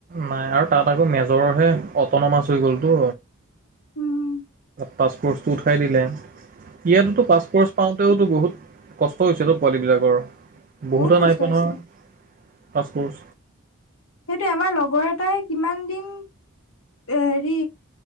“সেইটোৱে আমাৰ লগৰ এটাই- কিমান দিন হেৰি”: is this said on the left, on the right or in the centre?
Left